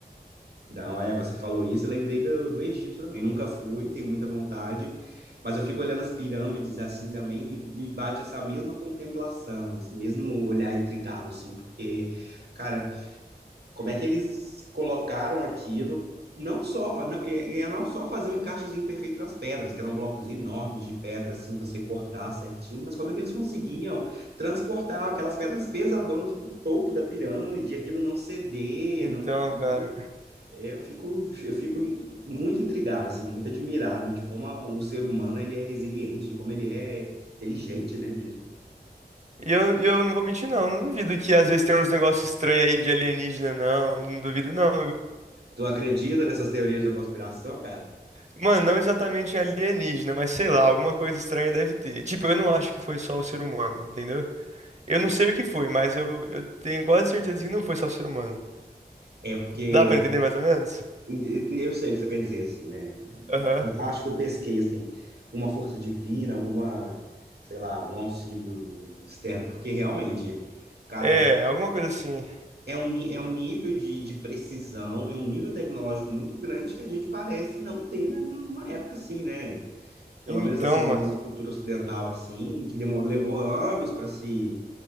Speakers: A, on the right; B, on the right.
A: Então, é, você falou isso, eu lembrei do, do Egito também. Nunca fui, tenho muita vontade, mas eu fico olhando as pirâmides assim também, me, me bate essa mesma contemplação, esse mesmo olhar intrigado, assim, porque, cara, como é que eles colocaram aquilo? Não só, não, é, é não só fazer o encaixezinho perfeito nas pedras, que eram blocos enormes de pedra, assim, você cortar certinho, mas como é que eles conseguiam transportar aquelas pedras pesadonas pro topo da pirâmide, aquilo não ceder,
B: Então,
A: não cair?
B: cara.
A: Eu fico, eu fico muito intrigado, assim, muito admirado de como a- o ser humano ele é resiliente, de como ele é inteligente, né, mesmo.
B: E eu, e eu não vou mentir, não. Não duvido que às vezes tem uns negócios estranhos aí de alienígena, não. Não duvido, não,
A: Tu acredita nessas teorias da conspiração, cara?
B: Mano, não exatamente alienígena, mas sei lá, alguma coisa estranha deve ter. Tipo, eu não acho que foi só o ser humano, entendeu? Eu não sei o que foi, mas eu, eu tenho quase certeza que não foi só o ser humano.
A: É porque
B: Dá pra entender mais ou menos?
A: eu sei o que você quer dizer, assim, né?
B: Aham.
A: Acho que eu pesquei, assim, uma força divina, alguma, sei lá, algum auxílio externo, porque realmente, cara,
B: É, alguma coisa assim.
A: é um, ni- é um nível de, de precisão, é um nível tecnológico muito grande que a gente parece não ter, né, numa época assim, né? pelo
B: Então,
A: menos assim na
B: mano.
A: nossa cultura ocidental assim, que demorou, levou anos para se